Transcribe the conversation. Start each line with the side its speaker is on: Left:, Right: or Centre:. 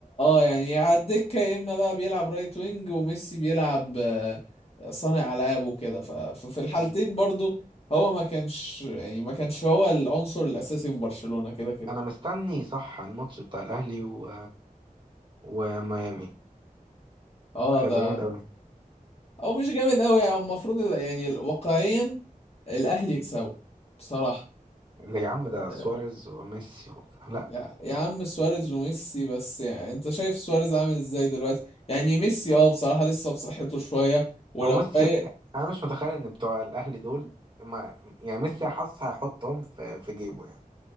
Left: آه، يعني على الدكة يا اما بقى بيلعب رايت وينج وميسي بيلعب آه، صانع العاب وكده ف- ففي الحالتين
Right: مم.
Left: برضو هو ما كانش يعني ما كانش هو العنصر الاساسي في برشلونة كده كده
Right: انا مستني صح الماتش بتاع الاهلي و... وميامي
Left: اه
Right: هيبقى
Left: ده
Right: جامد قوي
Left: او مش جامد قوي يعني المفروض ال- يعني واقعيا الاهلي يكسبوا بصراحة
Right: يا عم
Left: آه،
Right: ده سواريز وميسي وبتاع لا
Left: يا يا عم سواريز وميسي بس يعني انت شايف سواريز عامل ازاي دلوقتي يعني ميسي اه بصراحة لسه بصحته شوية ولو
Right: هو ميسي
Left: فايق
Right: انا مش متخيل ان بتوع الاهلي دول ما يعني ميسي حاسس هيحطهم في في جيبه يعني